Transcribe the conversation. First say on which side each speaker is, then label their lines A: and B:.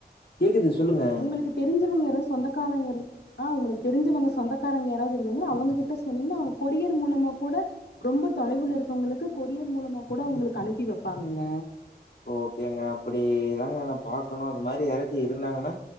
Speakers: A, on the left; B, on the left.
A: கேக்குது சொல்லுங்க.
B: உங்களுக்கு தெரிஞ்சவங்க யாரோ சொந்தக்காரங்க இரு ஆஹ் உங்களுக்கு தெரிஞ்சவங்க சொந்தக்காரங்க யாராவது இருந்தங்கன்னா அவங்ககிட்ட சொன்னீங்கன்னா அவங்க கொரியர் மூலமா கூட ரொம்ப தொலைவுல இருக்கவங்களுக்கு கொரியர் மூலமா கூட அவங்களுக்கு அனுப்பி வைப்பாங்கங்க
A: ஓகேங்க அப்டிதாங்க நான் பாக்கணும் அது மாரி யாராச்சும் இருந்தாங்கன்னா